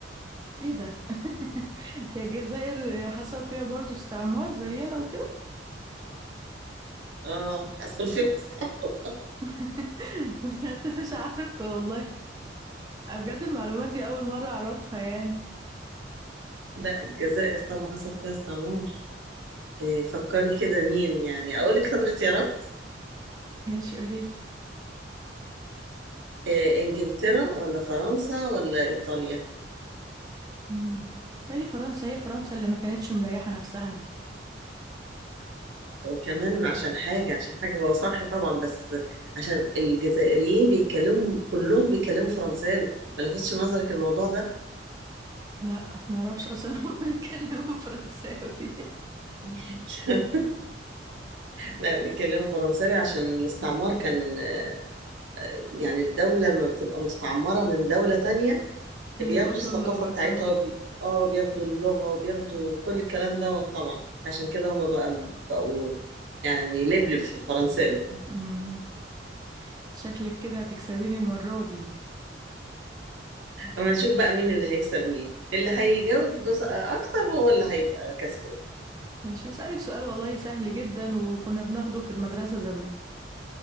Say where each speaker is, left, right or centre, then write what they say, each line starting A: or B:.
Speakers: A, on the right; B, on the right.
A: ايه ده؟ <laughs> هي الجزائر حصل فيها برضو استعمار زينا وكده
B: أه حصل فيها استعمار
A: <laughs> بجد مش عارفة والله أنا بجد المعلومات دي أول مرة أعرفها يعني
B: لا الجزائر طبعا حصل فيها استعمار إيه، فكري كده مين يعني اقول لك طب اختيارات
A: ماشي قوليلي
B: إيه، انجلترا ولا فرنسا ولا ايطاليا
A: مم. تاني فرنسا هي فرنسا اللي ما كانتش مريحة نفسها دي
B: وكمان عشان حاجة عشان حاجة هو صح طبعا بس عشان الجزائريين بيتكلموا كلهم بيتكلموا فرنساوي ما لفتش نظرك الموضوع ده
A: لا ما اعرفش اصلا هم <laughs> بيتكلموا فرنساوي
B: <laughs> لا بيتكلموا فرنساوي عشان الاستعمار كان آه، يعني الدولة لما بتبقى مستعمرة من دولة تانية
A: بيلقطوا
B: بياخدوا الثقافة
A: اللغة
B: بتاعتها
A: صح
B: وبي... اه بياخدوا اللغة وبياخدوا كل الكلام ده طبعا عشان كده هما بقى بقوا يعني لبلب في الفرنساوي
A: مم. شكلك كده هتكسبيني المرة دي
B: اما نشوف بقى مين اللي هيكسب مين اللي هيجاوب بس اكتر هو اللي هيبقى كسبان
A: ماشي هسألك سؤال والله سهل جدا وكنا بناخده في المدرسة زمان